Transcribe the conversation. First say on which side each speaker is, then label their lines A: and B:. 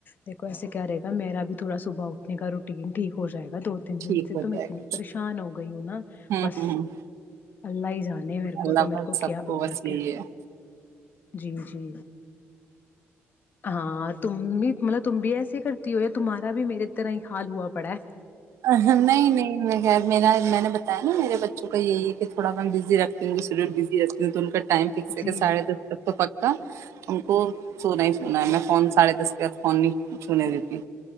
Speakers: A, on the left; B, on the right.
A: دیکو ایسے کیا رہے گا میرا بھی تھوڑا صبح اٹھنے کا روٹین ٹھیک ہو جائے گا دو تین دن
B: ٹھیک
A: سے
B: ہو
A: تم
B: جائے
A: اتنی
B: گا
A: پریشان ہو گئی ہو نا
B: ہوں
A: بس
B: ہوں ہوں
A: اللہ ہی جانے میرے
B: اللہ
A: کو تو مے
B: بس
A: کو
B: سب
A: کیا اور
B: بس
A: رق
B: یہی
A: ہے جی جی ہاں تم بھی مطلب تم بھی ایسے کرتی ہو یا تمہارا بھی میرے ا طرح ہی حال ہوا پڑا ہے
B: نہیں نہیں خیر میرا میں نے بتایا نا میرے بچوں کا یہی ہے کہ تھوڑا بزی رکھتی ہوں شیڈیول بزی رہتی ہیں تو ان کا ٹائم فکس ہے
A: جی
B: کہ
A: جی
B: ساڑے دس تک تو پکا ان کو سونا ہی س میں فون ساڑے دس کے بعد فون نہیں چونے دیتی